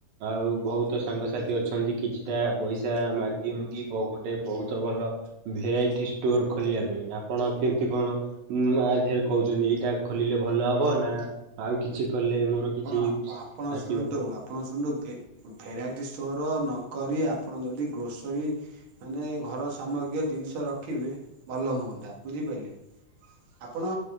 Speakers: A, on the right (about 75°); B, on the right (about 45°).
A: ଆଉ ବହୁତ ସାଙ୍ଗସାଥି ଅଛନ୍ତି କିଛିଟା ପଇସା ମାଗି ମୁଗି ଗୋଟେ ବହୁତ ଭଲ ଭେରାଇଟି ଷ୍ଟୋର ଖୋଲିବା ପାଇଁ ଆପଣ କେମିତି କଣ ଉଁ ଆ ଦିହେରେ କହୁଛନ୍ତି ଏଇଟା ଖୋଲିଲେ ଭଲ ହବ ନା ଆଉ କିଛି କଲେ ମୋର କିଛି
B: କଣ ଆପ ଆପଣ
A: ଆସିବ।
B: ଶୁଣନ୍ତୁ ଆପ ଆପଣ ଶୁଣନ୍ତୁ ଭେ ଭେରାଇଟି ଷ୍ଟୋର ନକରି ଆପଣ ଯଦି ଗ୍ରୋସରୀ ମାନେ ଘର ସାମଗ୍ରୀୟ ଜିନିଷ ରଖିବେ ଭଲ ହୁଅନ୍ତା ବୁଝିପାରିଲେ? ଆପଣ